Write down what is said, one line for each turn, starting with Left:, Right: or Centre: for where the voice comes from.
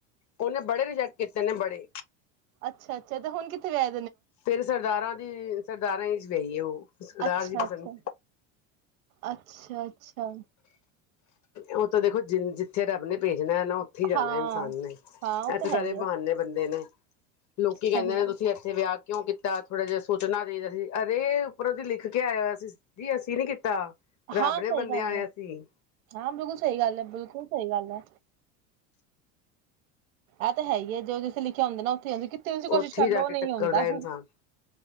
Left: ਉਹਨੇ ਬੜੇ ਰਿਜੈਕਟ ਕੀਤੇ ਨੇ, ਬੜੇ
Right: ਅੱਛਾ, ਅੱਛਾ ਤੇ ਹੁਣ ਕਿੱਥੇ ਵਿਆ
Left: ਫਿਰ ਸਰਦਾਰਾਂ ਦੀ ਸਰਦਾਰਾਂ ਚ ਵਿਅਈਏ, ਉਹ ਸਰਦਾਰ
Right: ਅੱਛਾ-ਅੱਛਾ।
Left: ਜੀ ਪਸੰਦ
Right: ਅੱਛਾ ਅ ਅੱਛਾ
Left: ਉਹ ਤਾਂ ਦੇਖੋ ਜਿ ਜਿੱਥੇ ਰੱਬ ਨੇ ਪੇ ਜਿਣਾ ਹੈ ਨਾ ਉੱਥੇ ਹੀ ਜਾਣਾ
Right: ਹਾਂ
Left: ਇਨਸਾਨ ਨੇ
Right: ਹਾਂ ਉਹ
Left: ਇੱਥੇ
Right: ਤਾਂ ਹੈ
Left: ਸਾਰੇ
Right: ਹੀ
Left: ਬਹਾਨੇ
Right: ਹੈ
Left: ਬੰਦੇ ਨੇ ਲੋਕੀ
Right: ਸਹੀ
Left: ਕਹਿੰਦੇ
Right: ਗੱਲ
Left: ਨੇ ਤੁਸੀਂ ਇੱਥੇ ਵਿਆਹ ਕਿਉਂ ਕੀਤਾ ਥੋੜ੍ਹਾ ਜਿਹਾ ਸੋਚਣਾ ਦੇਦਾ ਸੀ ਅਰੇ ਉੱਪਰ ਉਹਦੀ ਲਿਖ ਕੇ ਆਇਆ ਹੋਆ ਸੀ ਜੀ ਅਸੀਂ ਨੀ ਕੀਤਾ ਰੱਬ
Right: ਹਾਂ
Left: ਨੇ
Right: ਸਹੀ
Left: ਬੰਦਿਆ
Right: ਗੱਲ
Left: ਆਇਆ
Right: ਹੈ
Left: ਸੀ
Right: ਹਾਂ ਬਿਲਕੁਲ ਸਹੀ ਗੱਲ ਹੈ ਬਿਲਕੁਲ ਸਹੀ ਗੱਲ ਹੈ ਇਹ ਤਾਂ ਹੈ ਹੀ ਹੈ ਜੋ ਜਿੱਥੇ ਲਿਖਿਆ ਹੁੰਦੇ ਨਾ ਉੱਥੇ ਆ ਤੁਸੀਂ ਕੋਸ਼ਿਸ਼
Left: ਉੱਥੇ
Right: ਕਰਲਓ
Left: ਜਾ ਕੇ
Right: ਨਹੀਂ
Left: ਟੱਕਰਦਾ
Right: ਹੁੰਂਦਾ
Left: ਇਨਸਾਨ